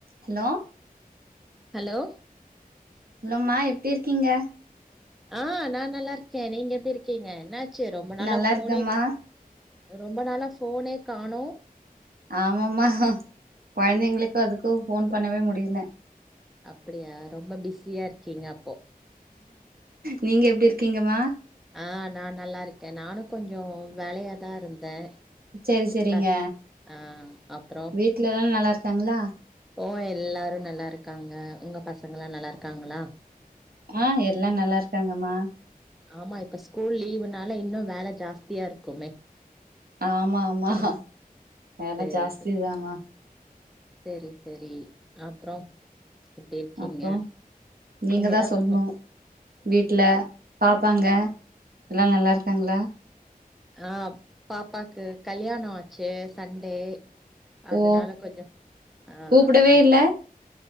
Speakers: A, on the right; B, in the centre.
A: hello
B: hello
A: இல்லம்மா எப்டி இருக்கீங்க
B: ஆ நான நல்ல இருக்கேன் நீங்க எப்டி இருக்கீங்க என்ன ச்சு ரொம்ப நாளா
A: நல்லா
B: ஃபோனே
A: இருக்கம்மா
B: ரொம்ப நாளா ஃபோனே காணோ
A: ஆமா ஆமா கொழந்தைங்களுக்கும் அதுக்கும் போன் பண்ணவே முடியல
B: அப்டியா ரொம்ப பிஸியா இருக்கீங்க அப்போ
A: நீங்க எப்டி இருக்கீங்கம்மா
B: ஆ நா நல்லா இருக்கே நானு கொஞ்சோ வேலையாதா இருந்தே
A: செரி செரிங்க
B: க ஆ அப்றோ
A: வீட்ல எல்லாம் நல்லா இருக் க்காங்களா
B: ஓ எல்லாரு நல்லா இருக்காங்க உங்க பசங்கல்லா நல்லா இருக்காங்களா
A: ஆஹ எல்லா நல்லா இருக்காங்கம்மா
B: ஆமா இப்ப ஸ்கூல் லீவுனால இன்னு வேலை ஜாஸ்தியா இருக்குமே
A: ஆமா ஆமா வேல
B: செரி
A: ஜாஸ்திதாம்மா
B: செரி செரி செரி அப்றம் எப்டி இருக்கீங்க
A: அப்றோ நீங்க
B: நீங்கதான்
A: தா சொல்ணு
B: சொல்லணும்
A: வீட்ல பாப்பாங்க எல்லா நல்ல இருக்காங்களா
B: ஆ பாப்பாக்கு கல்யாணோ ஆச்சு சண்டே அதனால
A: ஓ
B: கொஞ்சோ ஆ
A: கூப்படவே
B: கொஞ்
A: இல்ல